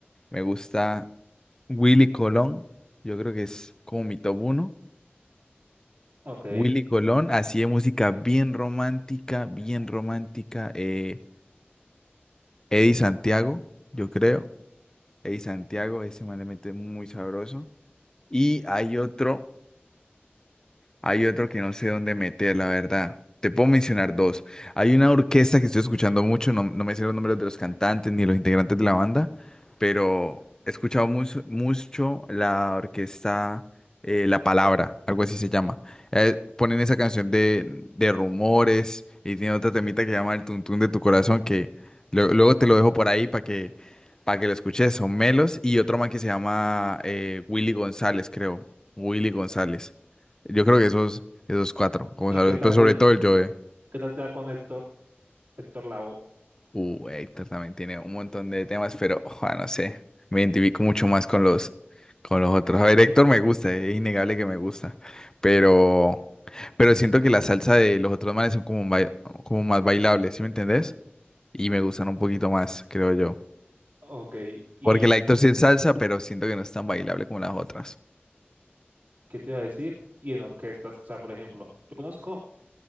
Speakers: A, on the left (about 15°); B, on the right (about 60°).
A: me gusta Willy Colón, yo creo que es como mi top uno.
B: Ok.
A: Willy Colón, así de música bien romántica, bien romántica, eh, Eddie Santiago, yo creo. El Santiago, ese man le mete muy sabroso. Y hay otro. Hay otro que no sé dónde meter, la verdad. Te puedo mencionar dos. Hay una orquesta que estoy escuchando mucho, no, no me sé los nombres de los cantantes ni los integrantes de la banda, pero he escuchado mucho, mucho la orquesta eh, La Palabra, algo así se llama. Eh, ponen esa canción de, de rumores y tiene otra temita que se llama El Tuntún de tu Corazón, que lo- luego te lo dejo por ahí para que, para que lo escuches. Son Melos y otro man que se llama eh, Willy González, creo. Willy González. Yo creo que esos, esos cuatro, como
B: ¿Y
A: sabes,
B: qué tal,
A: pero sobre todo el Joe.
B: qué tal te da con Héctor? Héctor Lavoe.
A: Uh, Héctor también tiene un montón de temas, pero ojo, no sé, me identifico mucho más con los, con los otros. A ver, Héctor me gusta, es innegable que me gusta, pero, pero siento que la salsa de los otros manes son como, bai- como más bailables, ¿sí me entendés? Y me gustan un poquito más, creo yo.
B: Ok. ¿Y
A: Porque la Héctor sí es salsa, pero siento que no es tan bailable como las otras.
B: qué te iba a decir? Y en orquestas, o sea, por ejemplo, yo conozco